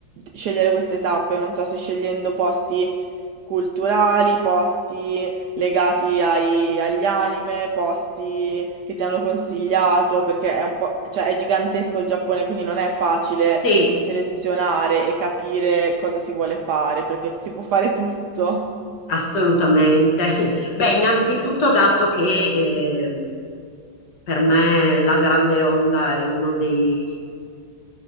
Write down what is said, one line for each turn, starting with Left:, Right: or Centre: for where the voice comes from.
Right: scegliere queste tappe? Non so se scegliendo posti culturali, posti legati ai- agli anime, posti che ti hanno consigliato, perché è un po', cioè è gigantesco il Giappone, quindi non è facile
Left: Sì,
Right: selezionare e capire cosa si vuole fare, perché si può fare tutto.
Left: assolutamente. <laughs> Beh, innanzitutto dato che eh, per me la Grande Onda è uno dei